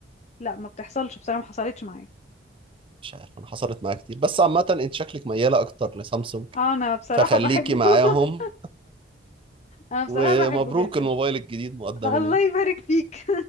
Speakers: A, on the left; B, on the right.
A: لا ما بتحصلش بصراحة ما حصلتش معايا
B: مش عارف انا حصلت معايا كتير بس عامه انت شكلك مياله اكتر لسامسونج
A: آه، انا بصراحة
B: فخليكي
A: بحبه
B: معاهم
A: <laughs> انا بصراحة
B: ومبروك
A: بحبه جدا
B: الموبايل الجديد مقدما
A: الله
B: يعني.
A: يبارك فيك